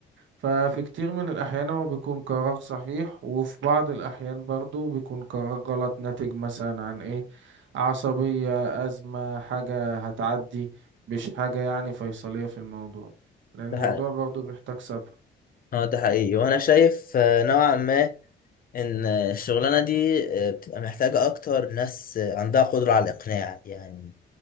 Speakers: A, on the right; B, on the left.
A: ففي كتير من الأحيان هو بيكون قرار صحيح وفي بعض الأحيان برضو بيكون قرار غلط ناتج مثلا عن إيه عصبية أزمة حاجة هتعدي مش حاجة يعني فيصلية في الموضوع لأن الموضوع
B: ده حقيقي
A: برضو بيحتاج صبر
B: اه ده حقيقي وانا شايف آه، نوعا ما ان الشغلانة دي آه، بتبقى محتاجة اكتر ناس آه، عندها قدرة على الاقناع يعني